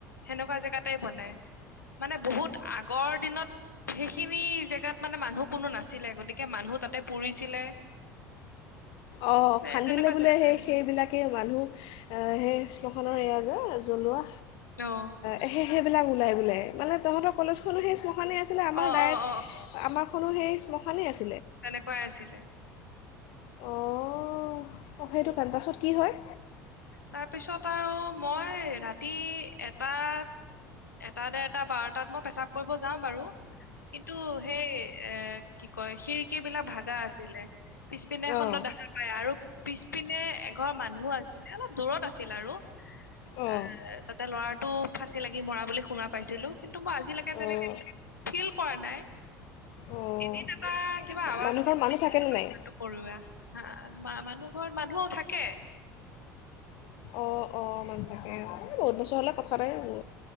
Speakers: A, on the left (about 80°); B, on the left (about 55°).
A: সেনেকুৱা জেগাতে বনাই মানে বহুত আগৰ দিনত সেইখিনি জেগাত মানে মানুহ কোনো নাছিলে গতিকে মানুহ তাতে পুৰিছিলে।
B: অ, '
A: এ
B: খান্দিলে
A: তেনেকুৱা
B: বোলে
A: জেগাতে
B: সেই সেইবিলাকেই মানুহ সেই শ্মশানৰ এয়া যে জ্বলোৱা
A: অ
B: অহ <unintelligible> বিলাক ওলাই বোলে মানে তহঁতৰ কলেজখনো সেই শ্মশানহে আছিলে আমাৰ
A: অ
B: ডায়েট
A: অ অ
B: আমাৰ সেখনো সেই শ্মশানে আছে।
A: তেনেকুৱাই আছিলে।
B: অঁহ সেইটো কেন্পাছত কি হয়?
A: তাত তাৰপিছত আৰু মই ৰাতি ৰাতি এটাত এটা ডেট টা বাৰ তাত মই পেচাব কৰিব যাওঁ বাৰু কিন্তু সেই এ কি কয় খিৰিকী বিলাক ভাগ কিবা আছিলে। পিছপিনে খণ্ড
B: অঁ
A: দেখা পায় আৰু। পিছপিনে এঘৰ মানুহ আছিল। অলপ দূৰত আছিল আৰু।
B: অঁ
A: এ তাতে ল'ৰা টো ফাঁচি লাগি মৰা বুলি শুনা পাইছিলো কিন্তু। মই আজিলৈকে
B: অঁ
A: তেনেকে ফিল কৰা নাই।
B: অঁ
A: এদিন এটা কিবা আৱাজ
B: মানুহ
A: এটা
B: ঘৰত
A: শুনিছিলো
B: মানুহ থাকেনে নাই
A: টো কৰোৱা। হা মানুহ ঘৰত মানুহ থাকে।
B: অ-অ ইমান থাকে বহুত বছৰ হ'লে কথা নাই আৰু।